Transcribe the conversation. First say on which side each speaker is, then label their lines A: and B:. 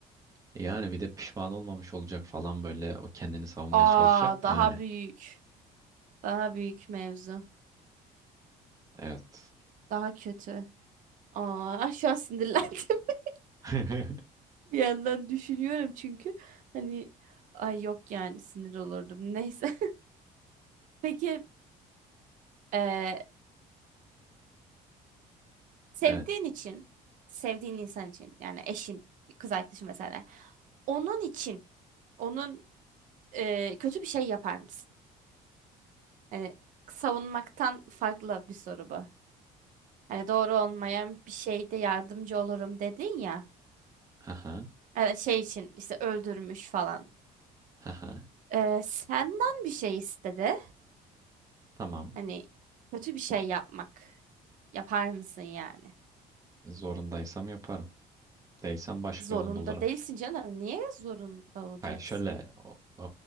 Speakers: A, on the right; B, on the right.
A: e yani bir de pişman olmamış olacak falan böyle o kendini savunmaya
B: Aa
A: çalışacak. Yani
B: daha büyük. Daha büyük mevzu.
A: evet.
B: Daha kötü. Aa <laughs> şu an sinirlendim. <laughs>
A: <laughs>
B: Bir yandan düşünüyorum çünkü hani ay yok yani sinir olurdum. Neyse. <laughs> Peki eee, Sevdiğin
A: Evet.
B: için, sevdiğin insan için yani eşin, kız arkadaşın mesela. Onun için, onun e, kötü bir şey yapar mısın? Yani savunmaktan farklı bir soru bu. Hani doğru olmayan bir şeyde yardımcı olurum dedin ya.
A: Haha,
B: Yani şey için işte öldürmüş falan.
A: haha.
B: E, senden bir şey istedi.
A: Tamam.
B: Hani kötü bir şey yapmak. Yapar mısın yani?
A: Zorundaysam yaparım. Değilsem başka
B: Zorunda
A: yolunu bulurum.
B: değilsin canım. Niye zorunda olacaksın?
A: Hayır, şöyle o- o,